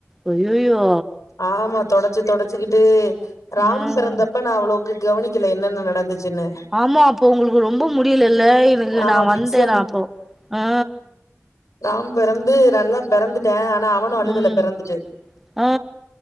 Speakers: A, in the centre; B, on the left.
A: அய்யயோ
B: ஆமா தொடச்சு தொடச்சிக்கிட்டு ராம்
A: ம்
B: பிறந்த ப்ப நா அவ்ளோக்கு கவனிக்கல என்னென்ன நடந்துச்சுன்னு
A: ஆமா அப்போ உங்களுக்கு ரொம்ப முடியலல்ல எனகு
B: ஆமா
A: நா
B: ஃபிக்ஸ்
A: வந்தே நா அப்போ அ
B: நாம் பெறந்து நல்லா பெறந்துட்டே ஆனா அவனு அழுகல
A: ம்
B: பெறந்துட்டு
A: ஆ